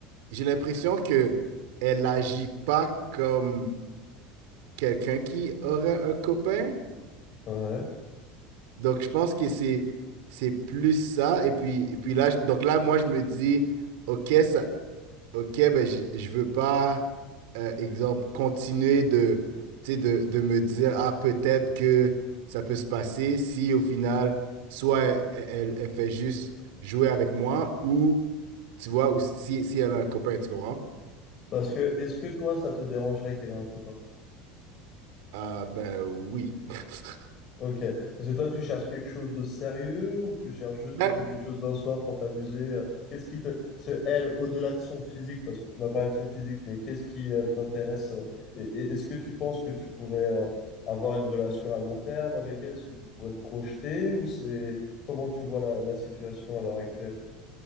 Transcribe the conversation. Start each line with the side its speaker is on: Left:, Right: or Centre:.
Right: j'ai l'impression que elle agit pas comme quelqu'un qui aurait un copain.
Left: Ouais.
Right: Donc, je pense que c'est, c'est plus ça. Et puis, et puis là, je- donc là, moi, je me dis, OK, ça, OK, ben je je veux pas, euh, exemple, continuer de, tu sais, de, de me dire, ah, peut-être que ça peut se passer si au final, soit elle, elle- elle fait juste jouer avec moi ou, tu vois, ou si, si si elle a un copain, tu comprends?
Left: Parce que, est-ce que toi, ça te dérangerait qu'elle ait un copain?
Right: Ah, ben oui. <laughs>
Left: Ok. Parce que toi, tu cherches quelque chose de sérieux ou tu cherches juste
Right: Ben,
Left: quelque chose d'un soir pour t'amuser? euh, Qu'est-ce qui te... c'est elle, au-delà de son physique, parce que tu m'as parlé de son physique, mais qu'est-ce qui euh, t'intéresse? euh, et- et Est-ce que tu penses que tu pourrais euh, avoir une relation à long terme avec elle? Est-ce que tu pourrais te projeter ou c'est... Comment tu vois la, la situation à l'heure actuelle?